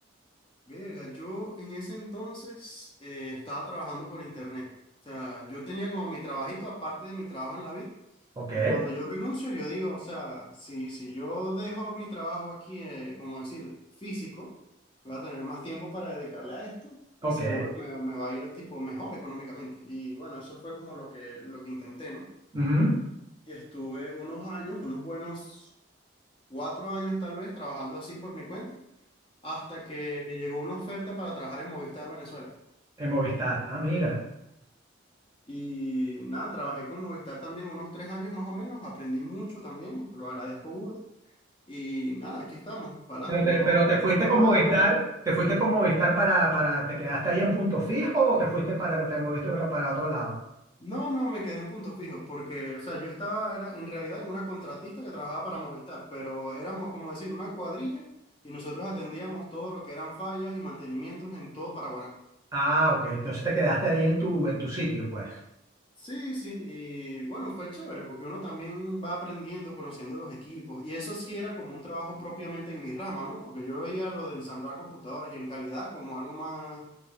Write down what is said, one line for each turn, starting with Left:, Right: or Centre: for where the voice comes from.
Left: Verga, yo en ese entonces eh, estaba trabajando por internet. O sea, yo tenía como mi trabajito aparte de mi trabajo en la vid.
Right: Ok,
Left: Y cuando yo renuncio, yo digo, o sea, si, si yo dejo mi trabajo aquí, eh, como decir, físico, voy a tener más tiempo para dedicarle a esto y
Right: ok.
Left: seguro me, me va a ir tipo mejor económicamente. Y bueno, eso fue como lo que, lo que intenté, ¿no?
Right: Ujú.
Left: Y estuve unos años, unos buenos cuatro años tal vez, trabajando así por mi cuenta hasta que me llegó una oferta para trabajar en Movistar Venezuela.
Right: En Movistar. Ah, mira.
Left: Y nada, trabajé con Movistar también unos tres años más o menos, aprendí mucho también, lo agradezco burda. Y nada, aquí estamos, para adelante,
Right: Pero te,
Left: uno,
Right: pero te fuiste
Left: uno
Right: con
Left: va
Right: Movistar,
Left: evolucionando.
Right: te fuiste con Movistar para, para, ¿te quedaste ahí en punto fijo o te fuiste para, te moviste para, para otro lado?
Left: No, no, me quedé en punto fijo, porque, o sea, yo estaba, era en realidad en una contratista que trabajaba para Movistar, pero éramos, como decir, una cuadrilla y nosotros atendíamos todo lo que eran fallas y mantenimientos en todo Paraguay.
Right: Ah, ok. Entonces te quedaste ahí en tu, en tu sitio, pues.
Left: Sí, sí, y bueno, fue chévere porque uno también va aprendiendo, conociendo los equipos, y eso sí era como un trabajo propiamente en mi rama, ¿no? Porque yo veía lo de ensamblar computadoras y en calidad como algo más,